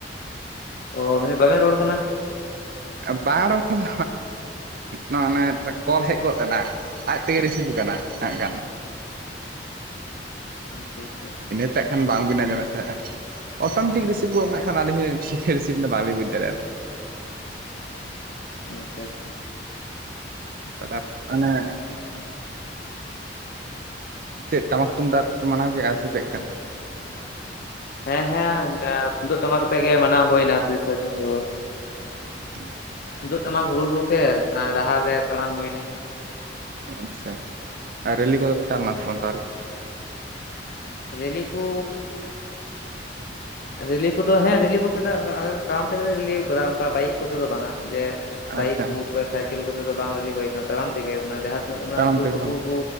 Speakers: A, on the left; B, on the right.
A: ᱚ ᱟᱹᱵᱤᱱ ᱵᱟᱵᱮᱱ ᱨᱚᱲ ᱠᱟᱱᱟ᱾
B: ᱵᱟ ᱨᱚᱲ ᱠᱚᱫᱚ ᱢᱟᱱᱮ ᱠᱟ. ᱴᱤᱡ ᱠᱚᱞ ᱦᱮᱡ ᱜᱚᱫᱞᱮᱱᱟ᱾ ᱟᱡ ᱛᱮᱜᱮ ᱨᱤᱥᱤᱵᱷ ᱟᱠᱟᱱᱟ ᱮᱸᱰᱮᱠᱷᱟᱱ᱾
A: ᱟᱪᱪᱷᱟ
B: ᱯᱟᱞᱮᱜ ᱠᱷᱟᱱ ᱵᱟᱝᱵᱤᱱ ᱟᱸᱡᱚᱢᱮᱫ ᱛᱟᱦᱮᱸᱫᱼᱟ᱾ ᱚᱴᱳᱚᱢᱮᱴᱤᱠ ᱨᱤᱥᱤᱵᱚᱜ ᱜᱚᱜ ᱢᱮᱱ ᱠᱷᱟᱱ ᱟᱹᱞᱤᱧ ᱦᱚᱸ ᱨᱤᱥᱤᱵ ᱫᱚ ᱵᱟᱝᱞᱤᱧ ᱵᱩᱡᱽ ᱫᱟᱲᱮᱭᱟᱜᱼᱟ᱾
A: ᱟᱪᱪᱷᱟᱻ ᱟᱪᱪᱷᱟᱻ
B: ᱠᱟᱛᱷᱟᱡ ᱚᱱᱮ ᱪᱮᱫ ᱴᱟᱢᱟᱠ ᱛᱩᱢᱫᱟᱜ ᱛᱮᱯᱮ ᱢᱟᱱᱟᱣᱮᱫᱼᱟ ᱥᱮ ᱪᱮᱫᱞᱮᱠᱟ?
A: ᱦᱮᱸᱻ ᱦᱮᱸᱻ ᱛᱩᱢᱫᱟᱹᱜ ᱴᱟᱢᱟᱠᱟᱛᱮᱜ ᱜᱮ ᱢᱟᱱᱟᱣ ᱦᱩᱭᱮᱱᱟ ᱛᱤᱨᱤᱥᱟ ᱡᱩᱱ ᱫᱚ᱾
B: <inaudible>
A: ᱛᱩᱢᱫᱟᱜ ᱴᱟᱢᱟᱠ ᱨᱩᱼᱨᱩ ᱛᱮ ᱰᱟᱦᱟᱨ ᱨᱮ ᱛᱟᱲᱟᱢ ᱦᱩᱭᱮᱱᱟ᱾
B: ᱟᱪᱪᱷᱟ ᱟᱨ ᱨᱮᱞᱤ ᱠᱚᱫᱚ ᱛᱟᱦᱮᱸ ᱞᱮᱱᱟ ᱥᱮ ᱵᱟᱝ ᱛᱟᱦᱚᱞᱮ᱾
A: ᱨᱮᱞᱤ ᱠᱚ ᱨᱮᱤᱞᱤ ᱠᱚᱫᱚ ᱦᱮᱸ ᱨᱮᱞᱤ ᱵᱚᱞᱛᱮ ᱟᱞᱮ ᱛᱟᱲᱟᱢ ᱛᱮᱜᱮᱞᱮ ᱨᱤᱞᱤ ᱣᱟᱠᱟᱫᱟ ᱚᱱᱠᱟ ᱵᱟᱭᱤᱠ ᱠᱚᱛᱮᱫ ᱫᱚ ᱵᱟᱝᱼᱟ᱾ ᱡᱮ
B: ᱟᱪᱪᱷᱟ
A: ᱵᱟᱭᱤᱠ ᱠᱩ ᱚᱠᱚᱭ ᱥᱟᱭᱠᱮᱞ ᱠᱚᱛᱮᱫ ᱫᱚ ᱵᱟᱝ ᱨᱮᱞᱤ ᱦᱩᱭ ᱠᱟᱱᱟ᱾ ᱛᱟᱲᱟᱢ ᱛᱮᱜᱮ ᱠᱟᱱᱟ ᱡᱟᱦᱟᱸ ᱛᱤᱱᱟᱹᱜ ᱚᱱᱟ
B: ᱛᱟᱲᱟᱢ
A: ᱥᱩᱨᱼ
B: ᱛᱮᱜᱮ
A: ᱥᱩᱯᱩᱨ
B: ᱵᱟᱝ
A: ᱠᱚ